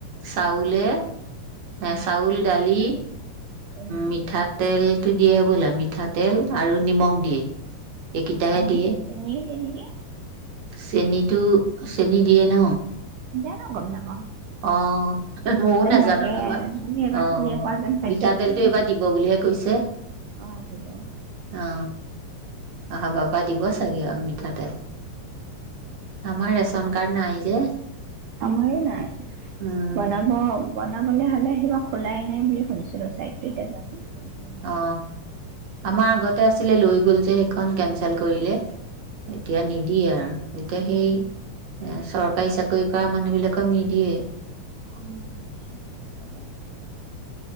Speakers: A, on the right; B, on the right.
A: চাউলে এ চাউল দালি উ
B: চেনি
A: মিঠাতেল নি দিয়েহে বোলা মিঠাতেল আৰু নিমখ দিয়ে এইকেইটাহে
B: চেনি
A: দিয়ে
B: চেনি নিদিয়ে
A: চেনীতটো চেনী দিয়ে ন
B: দিয়া না কথা
A: অ ময়ও নাজানো
B: লাগে
A: নহয়
B: আমি এবাৰ
A: আহ
B: খুৰীয়ে কোৱা যেন পাইছিলো
A: মিঠাতেলটো
B: দিয়ে নেকি
A: এইবাৰ দিব বুলিহে কৈছে
B: অ দিব
A: অ আহা বাবা দিৱস চাগে আৰু মিঠাতে আমাৰ ৰেচন কাৰ্ড নাই যে
B: আমাৰো নাই
A: উম
B: বনাব বনাবলে হ'লে কিবা খোলাই নাই বুলি শুনিছিলো চাই কতিয়া জানো খুলিছে নে
A: অ আমাৰ আগতে আছিলে লৈ গ'ল যে সেইখন কেনচেল কৰিলে এতিয়া নিদিয়ে আৰু এতিয়া
B: নাই।
A: সেই এ চৰকাৰ চৰকাৰী চাকৰি কৰা মানুহ বিলাকক নিদিয়ে
B: উ ত